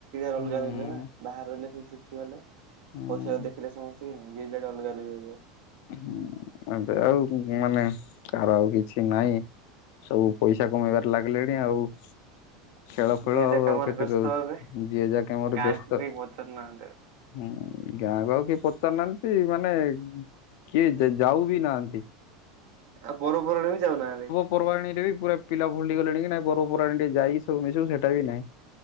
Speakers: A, on the right (about 65°); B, on the left (about 65°).
A: ଅଲଗା
B: ହୁଁ
A: ଅଲଗା ବାହାରେ ରହିଲେ <inaudible> ଝି ଗଲେ।
B: ହୁଁ
A: ପଇସାକୁ ଦେଖିଲେ ସମସ୍ତେ ନଯିଏ ଯାଡେ ଅଲଗା ଅଲଗା ରହିବ।
B: ଉଁ ଏବେ ଆଉ ମାନେ କାହାର ଆଉ କିଛି ନାଇଁ। ସବୁ ପଇସା କମେଇବାରେ ଲାଗିଲେଣି ଆଉ। ଖେଳ ଫେଳ
A: ଯିଏ
B: ଆଉ
A: ଯାହା କାମରେ
B: ଆଉ କେତେ
A: ବ୍ୟସ୍ତ
B: କରୁଛି
A: ହେବେ
B: ଯିଏ ଯା କାମରେ
A: ଗାଁକୁ
B: ବ୍ୟସ୍ତ।
A: କେହି ପଚାରୁ ନାହାନ୍ତି ଆଉ।
B: ହୁଁ ଗାଁକୁ ଆଉ କିଏ ପଚାରୁ ନାହାନ୍ତି ମାନେ କିଏ ଯାଉ ବି ନାହାନ୍ତି।
A: ଆଉ ପରପରାଣୀ ବି ଯାଉନାହାଁନ୍ତି।
B: ପର୍ବାଣୀରେ ବି ପୁରା ପିଲା ଭୁଲି ଗଲେଣି କି ନାଇଁ ପର୍ବପବାଣିୀଟିକେ ଯାଇକି ସବୁ ମିଶିବୁ ସେଟା ବି ନାଇଁ।